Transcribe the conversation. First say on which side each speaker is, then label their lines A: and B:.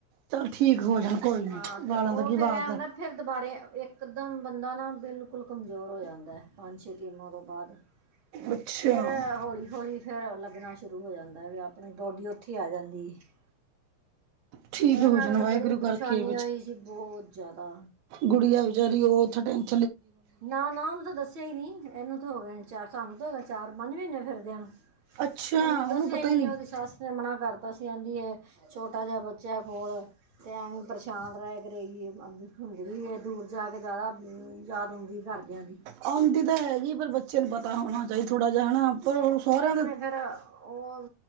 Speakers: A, on the right; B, on the right.
A: ਚੱਲ ਠੀਕ ਹੋ ਜਾਣ, ਕੋਈ ਨੀ,
B: ਹਾਂ ਅਤੇ
A: ਵਾਲਾਂ
B: ਉਹ
A: ਦਾ ਕੀ?
B: ਫਿਰ
A: ਵਾਲ
B: ਇਹ
A: ਤਾਂ
B: ਹੁੰਦਾ ਫਿਰ ਦੁਬਾਰੇ ਏਕਦਮ ਬੰਦਾ ਨਾ, ਬਿਲਕੁਲ ਕਮਜ਼ੋਰ ਹੋ ਜਾਂਦਾ ਏ, ਪੰਜ ਛੇ ਕੀਮੋ ਤੋਂ ਬਾਦ,
A: ਅੱਛਾ।
B: ਫੇਰ ਹੌਲੀ-ਹੌਲੀ ਫੇਰ ਲੱਗਣਾ ਸ਼ੁਰੂ ਹੋ ਜਾਂਦਾ ਏ, ਵੇ ਆਪਣੀ ਬੋਡੀ ਉੱਥੇ ਈ ਆ ਜਾਂਦੀ ਐ।
A: ਠੀਕ
B: ਉਹਦੇ
A: ਹੋ
B: ਨਾਲੋ
A: ਜਾਣ
B: ਤੇ
A: ਵਾਹਿਗੁਰੂ
B: ਬੜੀ
A: ਕਰਕੇ
B: ਪਰੇਸ਼ਾਨੀ ਹੋਈ ਸੀ, ਬੋਤ ਜਾਦਾ।
A: ਗੁੜੀਆਂ ਵੇਚਾਰੀ ਔਹ <unintelligible>
B: ਨਾ-ਨਾ ਮਨੂੰ ਤੇ ਦੱਸਿਆ ਈ ਨੀ, ਏਹਨੂੰ ਤੇ ਹੋਗੇ ਨੇ ਚਾਰ, ਸਾਨੂੰ ਤੇ ਹੋ ਗਏ ਚਾਰ, ਪੰਜ ਮੀਨੇ ਫਿਰਦੇਆ ਨੂੰ।
A: ਅੱਛਾ,
B: ਔਨੂੰ ਤੇ ਦੱਸਿਆ
A: ਉਹਨੂੰ ਪਤਾ
B: ਈ ਨੀ,
A: ਹੀ
B: ਔਦੀ ਸਾਸ ਕਿਸੇ ਨੇ ਮਣਾ ਕਰਤਾ ਸੀ ਆਂਦੀ ਏ, ਛੋਟਾ ਜਾਂ ਬੱਚਾ ਏ ਕੋਲ। ਤੇ ਐਵੇਂ ਈ ਪਰੇਸ਼ਾਨ ਰੇਆ ਕਰੇਗੀ, ਆਂਦੀ ਹੁੰਦਿਓ ਈ ਏ, ਦੂਰ ਜਾ ਕੇ ਜਾਦਾ ਯਾਦ ਔਂਦੀ ਘਰਦੇਆਂ ਦੀ।
A: ਔਂਦੀ ਤੇ ਹੈ ਜੀ, ਪਰ ਬੱਚੇ ਨੂੰ ਪਤਾ ਹੋਣਾ ਚਾਈਦਾ ਥੋੜ੍ਹਾ ਜੇਹਾ ਹੈਨਾ, ਪਰ ਔਨੂੰ ਸੋਰੇਆਂ ਦੇ
B: ਫੇਰ ਔਹ